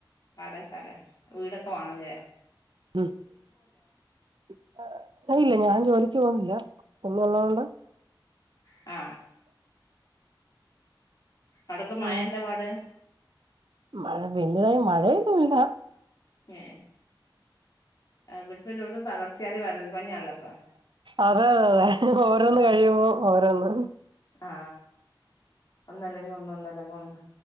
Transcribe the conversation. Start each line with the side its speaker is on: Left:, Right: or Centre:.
Left: അടെ അലെ വീടൊക്കെ വാണംല്ലേ
Right: ഉം <unintelligible> ല്ല ഞാൻ ജോലിക്ക് പോന്നില്ല ഒന്ന്ള്ളൊണ്ട്
Left: ആ അടക്ക് മഴ
Right: ഉം
Left: എന്താ പാട്
Right: മഴ വല്ല്യതായി മഴയൊന്നുമില്ല
Left: ഏ വിടെപ്പല്ലോട്തും പകർച്ചവ്യാതി വരൾ പനിയുള്ളപ്പോ
Right: അതെ അതെ ഓരോന്ന് കഴിയുമ്പോ ഓരോന്ന്
Left: ആ ഒന്നല്ലെങ്ങെ ഒന്ന് ഒന്നല്ലങ്ങ് ഒന്ന്